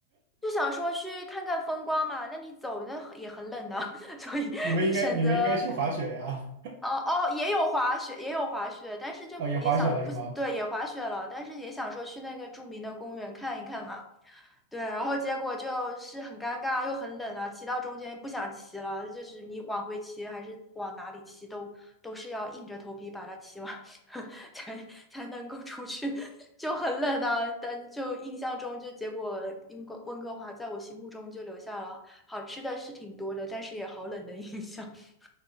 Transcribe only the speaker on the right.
<laughs> 你们应该，你们应该去滑雪呀？
哦，也滑雪了是吗？